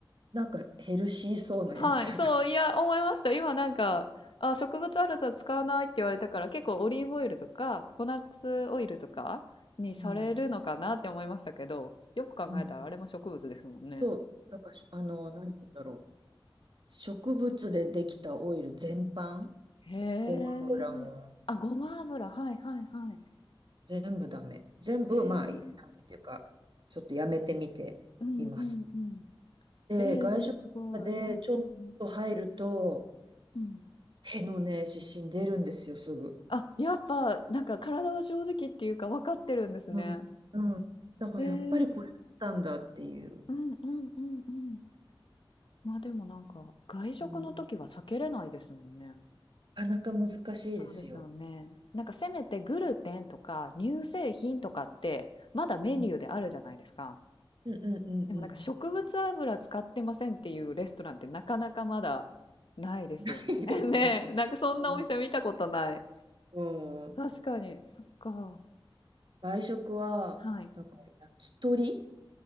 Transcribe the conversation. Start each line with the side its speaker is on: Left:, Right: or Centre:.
Right: なんかヘルシーそうなやつが。
Left: はい、そう、いや、思いました。今なんか、あ、植物あると使わないって言われたから、結構オリーブオイルとか、ココナッツオイルとかにされるのかなって思いましたけど、
Right: うん。
Left: よく考えたらあれも植物ですもんね。
Right: うん。と、なんかしあの、なんて言うんだろう。植物でできたオイル全般、
Left: へえ。
Right: ごま油も
Left: あ、ごま油。はいはいはい。
Right: 全部ダメ。全部、
Left: へえ。
Right: まあ、ダメっていうか、ちょっとやめてみています。
Left: うんうんうん。
Right: で、
Left: えー、
Right: 外食でちょっと入ると、
Left: でもすごい。うんうんうん。
Right: 手のね、湿疹出るんですよ、すぐ。
Left: あ、やっぱ、なんか体は正直っていうか分かってるんですね。
Right: うん。うん。だからやっぱりこれだったんだっていう。
Left: えー、うんうんうんうん。まあでもなんか外食の時は避けれないですもんね。
Right: うん。なかなか難しいですよ。
Left: そうですよね。なんかせめてグルテンとか乳製品とかってまだメニューであるじゃないですか。
Right: うん。うんうんうんうん
Left: でもなんか植物油使ってませんっていうレストランってなかなかまだないですよね。
Right: <laughs> いよね。
Left: <laughs> ねえ、なんかそんなお店見たことない。
Right: うん。うん
Left: 確かに、そっか。
Right: 外食は、
Left: はい。
Right: だから焼き鳥